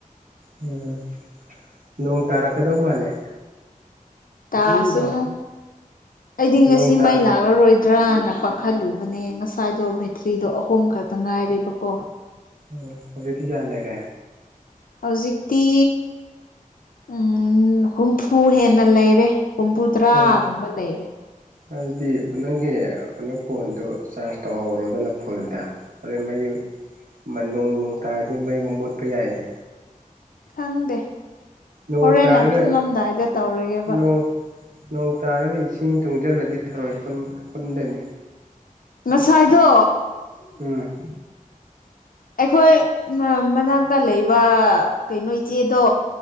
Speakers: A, on the right (about 70°); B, on the left (about 80°).
A: ꯎꯝ ꯅꯣꯡ ꯇꯔꯀꯗꯣ ꯃꯥꯂꯦ
B: ꯇꯥ ꯆꯨꯝꯅꯨ ꯑꯩꯗꯤ ꯉꯁꯤ
A: ꯅꯣꯡ ꯇꯥ
B: ꯃꯩ ꯂꯥꯛ ꯀꯛꯔꯔꯣꯏꯗ꯭ꯔꯅ ꯀꯥꯈꯠꯂꯨꯕꯅꯦ ꯉꯁꯥꯏꯗꯣ ꯕꯦꯇ꯭ꯔꯤꯗꯣ ꯑꯍꯨꯝ ꯈꯛꯇ ꯉꯥꯏꯔꯦꯕꯀꯣ
A: ꯎꯝ ꯍꯧꯖꯤꯗꯤ ꯀ꯭ꯌꯥ ꯂꯩꯔꯦ
B: ꯍꯧꯖꯤꯛꯇꯤ ꯎꯝ ꯍꯨꯝꯐꯨ ꯍꯦꯟꯅ ꯂꯩꯔꯦ ꯍꯨꯝꯐꯨꯇꯔꯥꯒꯨꯝꯕ
A: ꯐꯣꯔ
B: ꯂꯩꯔꯦ
A: ꯑꯗꯨꯗꯤ ꯅꯪꯒꯤ ꯀꯩꯅꯣ ꯐꯣꯟꯗꯨ ꯆꯥꯔꯖ ꯇꯧꯍꯧꯔꯣꯗꯅ ꯐꯨꯜꯗ ꯍꯣꯔꯩ ꯃꯩ ꯅꯣꯡ ꯅꯣꯡ ꯇꯥꯔꯗꯤ ꯃꯩꯃꯨꯛ ꯃꯨꯠꯄ ꯌꯥꯏꯌꯦ
B: ꯈꯪꯗꯦ
A: ꯅꯣꯡ
B: ꯍꯣꯔꯦꯟꯅ
A: ꯇꯥꯔꯒ
B: ꯇꯨꯝꯂꯝꯗꯥꯏꯗ ꯇꯧꯔꯤꯒꯦꯕ
A: ꯅꯣꯡ ꯅꯣꯡ ꯇꯥꯔꯒ ꯏꯁꯤꯡ ꯇꯨꯡꯁꯤꯜꯂꯗꯤ ꯊꯔꯣꯏ ꯈꯨꯟꯗꯅꯤ
B: ꯉꯁꯥꯏꯗꯣ
A: ꯎꯝ
B: ꯑꯩꯈꯣꯏ ꯃꯅꯥꯛꯇ ꯂꯩꯕ ꯀꯩꯅꯣ ꯏꯆꯦꯗꯣ